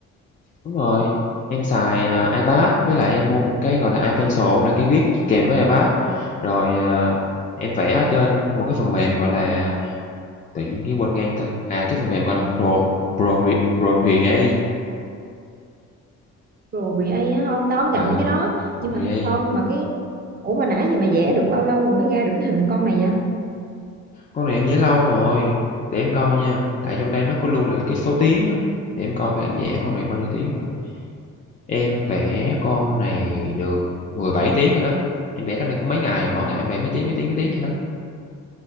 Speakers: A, on the left; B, on the right.
A: Đúng rồi, em xài, à, iPad với lại em mua một cái, gọi là, iPencil là cái viết kèm với iPad, rồi, ờ, em vẽ ở trên một cái phần mềm, gọi là, tự nhiên cái quên ngang tên, à, cái phần mềm gọi là Pro pro Procreate.
B: Pro Create á, không tao không
A: Ừ,
B: gặp mấy cái đó.
A: Procreate,
B: Nhưng mà con mà cái Ủa mà nãy giờ mày vẽ được bao lâu rồi mới ra được cái hình con này vậy?
A: con này em vẽ lâu rồi, để em coi nha, tại trong đây nó có lưu lại cái số tiếng á, để em coi coi em vẽ con này bao nhiêu tiếng rồi. Em vẽ con này được 17 tiếng rồi đó, em vẽ cái này cũng mấy ngày, mỗi ngày em vẽ mấy tiếng, mấy tiếng, mấy tiếng vậy đó.